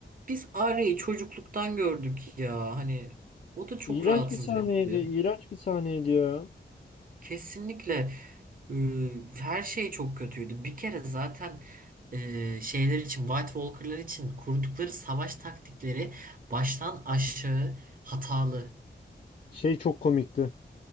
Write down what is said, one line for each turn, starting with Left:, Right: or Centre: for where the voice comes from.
Right: Biz Arya'yı çocukluktan gördük ya. Hani o da çok
Left: İğrenç
Right: rahatsız
Left: bir sahneydi,
Right: edici.
Left: iğrenç bir sahneydi ya.
Right: Kesinlikle e, her şey çok kötüydü. Bir kere zaten e, şeyler için White Walker'lar için kurdukları savaş taktikleri baştan aşağı hatalı. <laughs>
Left: Şey çok komikti.